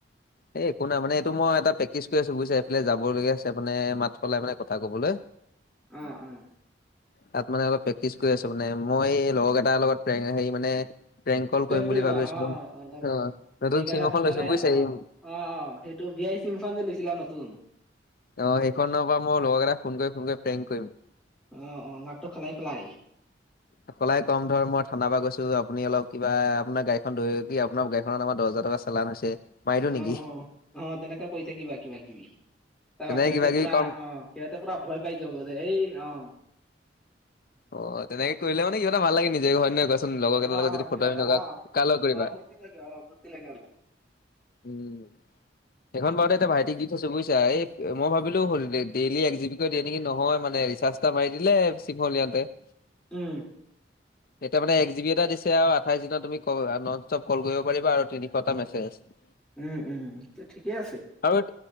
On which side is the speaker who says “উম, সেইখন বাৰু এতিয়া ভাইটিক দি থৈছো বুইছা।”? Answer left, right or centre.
Left